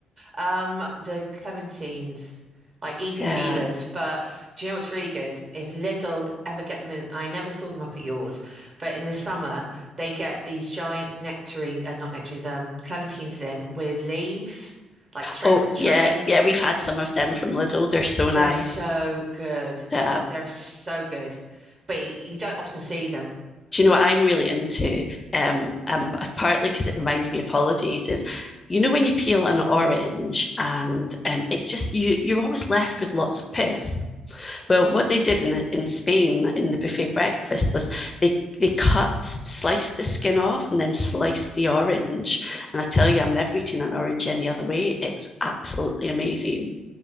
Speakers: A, on the right; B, on the left.
A: Um, the clementines, like easy
B: Yeah.
A: peelers. But do you know what's really good? If Lidl ever get them in, I never saw them up at yours, but in the summer they get these giant nectarine, uh, not nectarines, um, clementines in with leaves, like straight
B: Oh,
A: off the tree.
B: yeah, yeah, we've had some of them from Lidl. They're so
A: They're
B: nice.
A: so good.
B: Yeah.
A: They're so good. But y- you don't often see them.
B: Do you know what I'm really into? Um, um, partly because it reminds me of holidays is, you know, when you peel an orange and um, it's just you, you're always left with lots of pith. Well, what they did in in Spain in the buffet breakfast was they they cut, sliced the skin off, and then sliced the orange. And I tell you, I'm never eating an orange any other way. It's absolutely amazing.